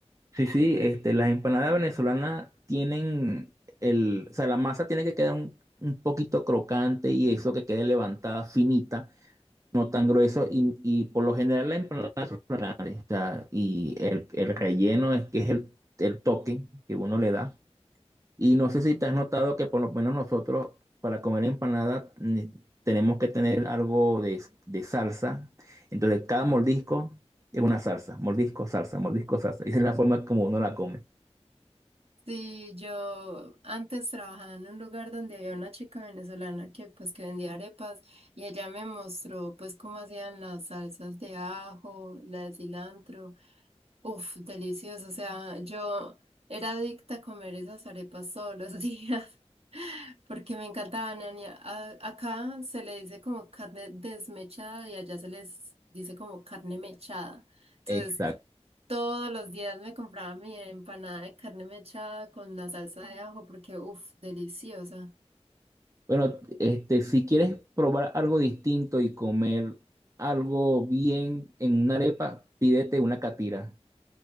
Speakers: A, on the right (about 30°); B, on the right (about 65°).
A: Sí, sí, este, las empanadas venezolanas tienen el, o sea, la masa tiene que quedar un, un poquito crocante y eso que quede levantada, finita, no tan grueso y, y por lo general la empanada, o sea, y el, el relleno es que es el, el toque que uno le da. Y no sé si te has notado que por lo menos nosotros para comer empanada ne- tenemos que tener algo de, de salsa. Entonces cada mordisco es una salsa, mordisco, salsa, mordisco, salsa. Esa es la forma como uno la come.
B: Sí, yo antes trabajaba en un lugar donde había una chica venezolana que pues que vendía arepas y ella me mostró pues cómo hacían las salsas de ajo, la de cilantro. Uf, delicioso. O sea, yo era adicta a comer esas arepas todos los días <laughs> porque me encantaban. y a- a- Acá se le dice como carne desmechada y allá se les dice como carne mechada. Entonces,
A: Exacto.
B: todos los días me compraba mi empanada de carne mechada con la salsa de ajo porque, uff, deliciosa.
A: Bueno, este, si quieres probar algo distinto y comer algo bien en una arepa, pídete una catira.